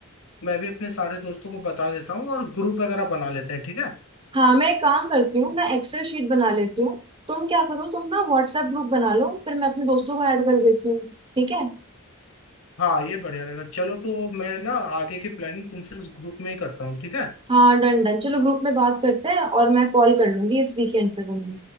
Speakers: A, on the left; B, on the right.
A: मैं भी अपने सारे दोस्तों को बता देता हूँ और ग्रुप वगैरह बना लेते हैं ठीक है
B: हाँ मैं एक काम करती हूँ मैं एक्सेल शीट बना लेती हूँ तुम क्या करो तुम ना व्हाट्सएप ग्रुप बना लो फिर मैं अपने दोस्तों को ऐड कर देती हूँ ठीक है
A: हाँ ये बढ़िया रहेगा चलो तो मैं ना आगे की प्लानिंग तुमसे उस ग्रुप में ही करता हूँ ठीक है
B: हाँ डन डन चलो ग्रुप में बात करते हैं और मैं कॉल कर लूंगी इस वीकेंड पे तुम्हें